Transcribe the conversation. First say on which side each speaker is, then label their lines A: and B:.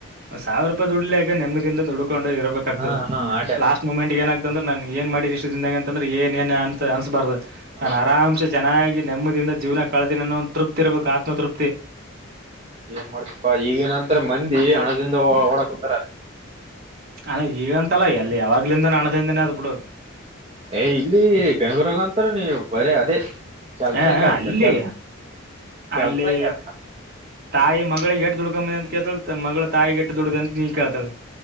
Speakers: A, on the right; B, on the right.
A: ಸಾವಿರ ರೂಪಾಯ ದುಡಿಲಾಕ ನೆಮ್ಮದಿಂದ ದುಡ್ಕೊಂಡು ಇರಬೇಕಾಗ್ತದ
B: ಹಾ ಹಾ ಆಟ
A: ಲಾಸ್ಟ್ ಮೂಮೆಂಟ್ ಏನಾಗ್ತಂದ್ರ ನಾನ್ ಏನ್ ಮಾಡಿದ ಇಷ್ಟ ದಿನದಾಗ ಅಂತಂದ್ರ ಏನ್ ಏನ್ ಅಂತ ಅನ್ ಅನ್ಸ್ಬಾರ್ದು ನಾನ್
B: ಹಾ
A: ಆರಾಮ್ಸೆ ಚೆನ್ನಾಗಿ ನೆಮ್ಮದಿಯಿಂದ ಜೀವನ ಕಳೆದೆನು ಅನ್ನು ಒಂದು ತೃಪ್ತಿ ಇರ್ಬೇಕು ಆತ್ಮತೃಪ್ತಿ‌.
B: ಏನ್ ಮಾಡ್ತೀಯಪ್ಪ ಈಗ ನಂತರ ಮಂದಿ ಹಣದಿಂದ ಓಡ ಕುತ್ತರ
A: ಅಲ್ಲ ಈಗಂತಲ್ಲ ಎಲ್ಲಿ ಯಾವಾಗ್ಲಿಂದ ಹಣದಿಂದನೇ ಅದ್ಬಿಡು
B: ಏ ಇಲ್ಲಿ ಬೆಂಗಳೂರಾಗ ಒಂತರ ನೀವ್ ಬರ ಅದೇ ಕೆಲ್ಸ
A: ಹಾ ಹಾ
B: ಕೆಲ್ಸ
A: ಅಲ್ಲಿ
B: ಕೆಲ್
A: ಅಲ್ಲಿ
B: ಕೆಲ್ಸ ಕೆಲ್ಸ
A: ತಾಯಿ ಮಗಳಿಗೆ ದುಡ್ಕಂಬಂದಿ ಅಂತ್ ಕೇಳ್ತಾಳ್ ಮಗಳು ತಾಯಿಗೆ ಎಟ್ಟ ದುಡ್ದಿ ಅಂತ ಹಿಂಗಾ ಕೇಳ್ತ